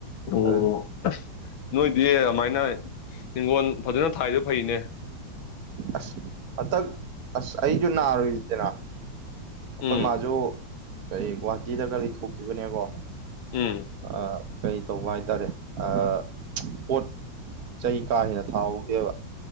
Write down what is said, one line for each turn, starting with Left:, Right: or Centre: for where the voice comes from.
Left: ꯑꯣ
Right: ꯑꯗ
Left: ꯑꯁ ꯅꯣꯏꯗꯤ ꯑꯗꯨꯃꯥꯏꯅ ꯍꯤꯡꯒ‌ꯣꯜ ꯐꯖꯅ ꯊꯥꯏꯗ‌ꯣ ꯐꯩꯅꯦ
Right: ꯑꯁ ꯍꯟꯗꯛ ꯑꯁ ꯑꯩꯁꯨ ꯅꯥꯔꯨꯏꯗꯅ ꯑꯩꯈꯣꯏ
Left: ꯎꯝ
Right: ꯃꯥꯁꯨ ꯀꯩ ꯒꯨꯍꯥꯇꯤꯗꯒ ꯂꯩꯊꯣꯛꯈꯤꯕꯅꯦꯀꯣ
Left: ꯎꯝ
Right: ꯑꯥ ꯀꯩ ꯇꯧꯕ ꯍꯥꯏꯇꯥꯔꯦ ꯑꯥ ꯄꯣꯠ ꯆꯩ ꯀꯥ ꯍꯦꯟꯅ ꯊꯥꯍꯧꯗꯦꯕ